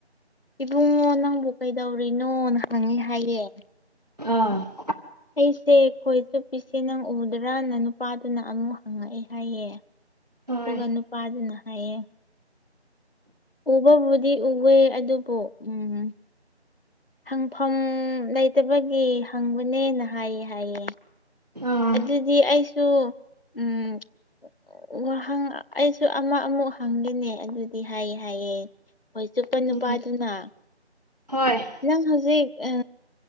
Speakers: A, on the left; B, on the right.
A: ꯏꯕꯨꯡꯉꯣ ꯅꯪꯕꯨ ꯀꯩꯗꯧꯔꯤꯅꯣꯅ ꯍꯪꯉꯤ ꯍꯥꯏꯌꯦ
B: ꯑꯥ
A: ꯑꯩꯁꯦ ꯈꯣꯏ ꯆꯨꯞꯄꯤꯁꯦ ꯅꯪ ꯎꯗ꯭ꯔꯅ ꯅꯨꯄꯥꯗꯨꯅ ꯑꯃꯨꯛ ꯍꯪꯉꯛꯑꯦ ꯍꯥꯏꯌꯦ
B: ꯍꯣꯏ
A: ꯑꯗꯨꯒ ꯅꯨꯄꯥꯗꯨꯅ ꯍꯥꯏꯌꯦ ꯎꯕꯕꯨꯗꯤ ꯎꯋꯦ ꯑꯗꯨꯕꯨ ꯎꯝ ꯍꯪꯐꯝ ꯂꯩꯇꯕꯒꯤ ꯍꯪꯕꯅꯦꯅ ꯍꯥꯏꯌꯦ ꯍꯥꯏꯌꯦ
B: ꯑꯥ
A: ꯑꯗꯨꯗꯤ ꯑꯩꯁꯨ ꯎꯝ ꯋꯥꯍꯪ ꯑꯩꯁꯨ ꯑꯃ ꯑꯃꯨꯛ ꯍꯪꯒꯦꯅꯦ ꯑꯗꯨ ꯍꯥꯏ ꯍꯥꯏꯑꯦ ꯈꯣꯏ ꯆꯨꯞꯄ ꯅꯨꯄꯥꯗꯨꯅ
B: ꯎꯝ ꯍꯣꯏ
A: ꯅꯪ ꯍꯧꯖꯤꯛ ꯑ